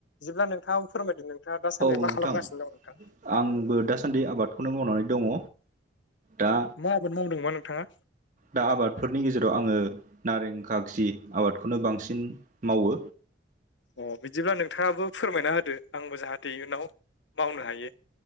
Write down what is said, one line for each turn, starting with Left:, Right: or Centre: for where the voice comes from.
Left: जेब्ला नोंथाङा फोरमायदो नोंथाङा दासान्दि
Right: औ
Left: मा
Right: नोंथां
Left: खालामगासिनो दं नोंथां
Right: आंबो दासान्दि आबादखौनो मावनानै दङ दा
Left: मा आबाद मावदोंबा नोंथाङा
Right: दा आबादफोरनि गेजेराव आङो नारें खागजि आबादखौनो बांसिन मावो
Left: अ बिदिब्ला नोंथाङाबो फोरमायना होदो आंबो जाहाथे इयुनाव मावनो हायो